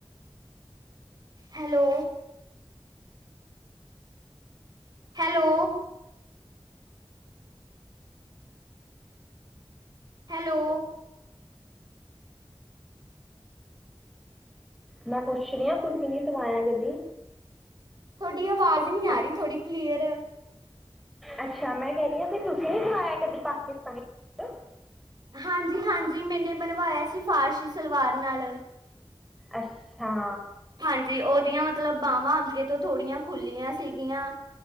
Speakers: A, on the right; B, in the centre.
A: Hello. Hello. Hello.
B: ਮੈਂ ਪੁੱਛ ਰਹੀ ਹ ਤੁਸੀਂ ਨੀ ਸਵਾਇਆ ਕਦੀ।
A: ਤੁਹਾਡੀਆਂ ਆਵਾਜ਼ ਨਹੀਂ ਆ
B: ਪਾ
A: ਰਹੀ ਥੋੜੀ ਕਲੀਅਰ।
B: ਅੱਛਾ ਮੈਂ ਕਹਿ ਰਹੀ ਹਾਂ ਵੀ ਤੁਸੀਂ ਨਹੀਂ ਸਵਾਇਆ ਕਦੀ ਪਾਕਿਸਤਾਨੀ ਸੂਟ
A: ਹਾਂਜੀ ਹਾਂਜੀ ਮੈਨੇ ਬਣਵਾਇਆ ਸੀ ਫਰਸੀ ਸਲਵਾਰ ਨਾਲ।
B: ਅੱਛਾ।
A: ਹਾਂਜੀ ਉਹ- ਉਹਦੀਆਂ ਮਤਲਬ ਬਾਹਵਾਂ ਅੱਗੇ ਤੋਂ ਥੋੜੀਆਂ ਖੁੱਲੀਆਂ ਸੀਗੀਆਂ-